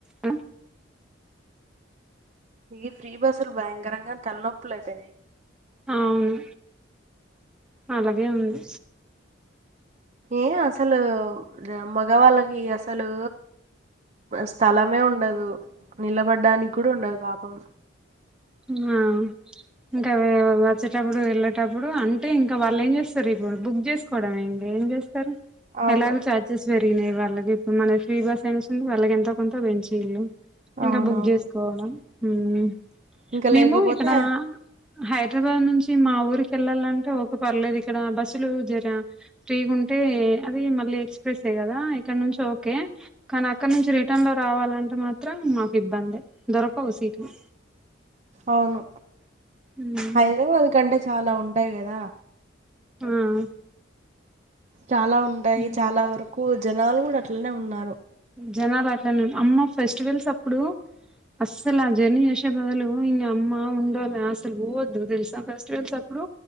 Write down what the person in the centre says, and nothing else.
హ
అవును అలాగే ఉంది
ఆ ఇంక వె వచ్చేటప్పుడు వెళ్ళేటప్పుడు అంటే ఇంక వాళ్ళెం చేస్తరు ఇప్పుడు బుక్ చేసుకోవడమే ఇంగ ఏం జేస్ స్తరు
ఎలాగు చార్జెస్ పెరిగినయి వాళ్ళకి ఇప్పుడు మనకు ఫ్రీ బస్ అని వస్తుంది వాళ్ళకి ఎంతో కొంత పెంచిళ్ళు ఇంక
బుక్ జేసుకోవాల ఉమ్
మేము
ఇక్కడ ఆ హైదరాబాద్ నుంచి మా ఊరికి ఎళ్ళాలంటే ఒకే పర్లేదు ఇక్కడ బస్సులు జర ఫ్రీగుంటయి అదే మళ్ళీ ఎక్స్ప్రెస్ ఏ గదా ఇక్కడ్నుంచి ఓకే కనీ అక్కణ్ణుంచి రిటర్న్ లో రావాలంటే మాత్రం మాకు ఇబ్బందే దొరకవు సీట్లు
ఉమ్
ఉమ్
ఉమ్
జనాలట్లానే ఉన్ అమ్మ ఫెస్టివల్స్ అప్పుడు అస్సలు ఆ జర్నీ చేసే బదులు నీ యమ్మ ఉండాలె అస్సలు పోవొద్దు తెలుసా ఫెస్టివల్స్ అప్పుడు